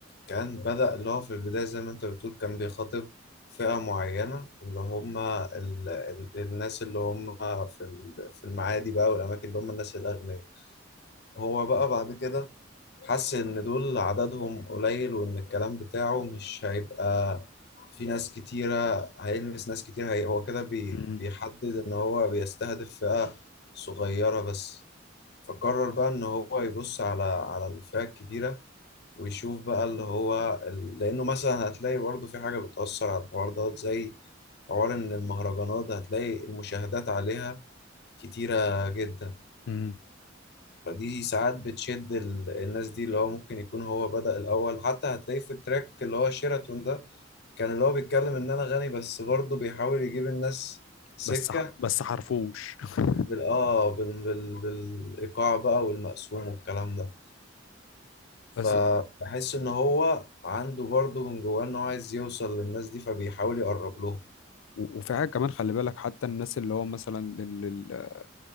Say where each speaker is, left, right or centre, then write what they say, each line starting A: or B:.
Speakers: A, on the left; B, on the left.
A: كان بدأ اللي هو في البداية زي ما انت بتقول كان بيخاطب فئة معينة اللي هم ال... ال- الناس اللي هم في ال- في المعادي بقى والاماكن اللي هم الناس الاغنياء هو بقى بعد كده حس ان دول عددهم قليل وان الكلام بتاعه مش هيبقى في ناس كتيرة هيلمس ناس كتير هي... هو كده بي...
B: مم.
A: بيحدد ان هو بيستهدف فئة صغيرة بس فقرر بقى ان هو يبص على على الفئة الكبيرة ويشوف بقى اللي هو ال- لأنه مثلا هتلاقي برضه في حاجة بتأثر على الحوار ده زي حوار إن المهرجانات ده هتلاقي المشاهدات عليها كتيرة جدا
B: مم.
A: فدي ساعات بتشد ال- الناس دي اللي هو ممكن يكون هو بدأ الأول حتى هتلاقيه في التراك اللي هو شيراتون ده كان اللي هو بيتكلم إن أنا غني بس برضه بيحاول يجيب الناس سكة
B: بس ح- بس حرفوش <laughs>
A: بال آه بال... بال... بالإيقاع بقى والمقسوم والكلام ده فبحس
B: بس
A: ان هو عنده برضه من جواه ان هو عايز يوصل للناس دي فبيحاول يقرب لهم
B: و- وفي حاجة كمان خلي بالك حتى الناس اللي هو مثلا ال- ال-